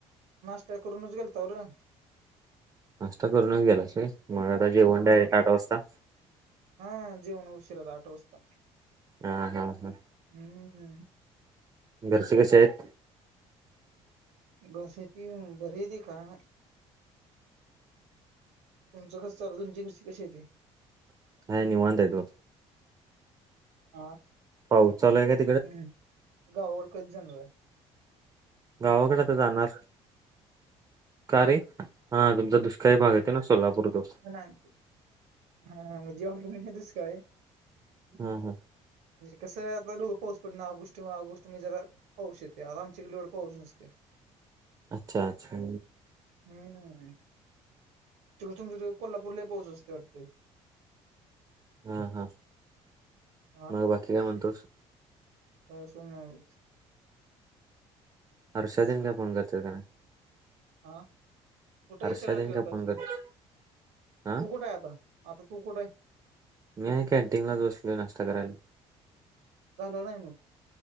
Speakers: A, on the right; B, on the right.
A: नाष्टा करूनच गेलताव र.
B: नासष्टा करूनच गेलास व्हय, म आता जेवण
A: हा
B: डायरेक्ट आठ वाजता?
A: हा जेवन उशीराच आठ वाजता.
B: हा हा हा.
A: हम्म. हम्म
B: घरचे कसे आहेत?
A: बस येती, बरी हायती काय नाय. तुमंच कसं चालूय, तुमची घरची कशी हाय ती?
B: काय निवांत हायित बघ.
A: हा.
B: पाऊस चालू हाय काय?
A: हम् गावाकडं कधी जाणार हाय?
B: गावाकडं आता जाणार. का रे! हा तुमचा दुष्काळी भाग येतो, ना सोलापूर तो.
A: हा, नाही हा म्हनजी एवढा नाही दुष्काळी.
B: हा हा.
A: कसं करू आता धो पाऊस पड ना गोष्टी म गोष्टी मी जरा पाऊस येतोय आता आमच्या कड एवढा पाऊस नसतोय.
B: अच्छा अच्छा.
A: हम्म तिकड तुमच्या कोल्हापूरला लयं पाऊस असतोय वाटतं.
B: हा हा.
A: हा
B: मग बाकी काय म्हणतोस?
A: काय सुद्धा नाही.
B: हारर्ष्या तेन काय फोन करत्यात काय नाही.
A: आ. कुठं
B: हर्षा
A: आय विचाराय
B: तेन
A: करतास
B: काय फोन करतात हा
A: तू कुठं आय आता? आता तू कुठं हायं.
B: मी हाय कॅनटीनलाच बसलोय नाश्ता करायला.
A: झाला नाही मग?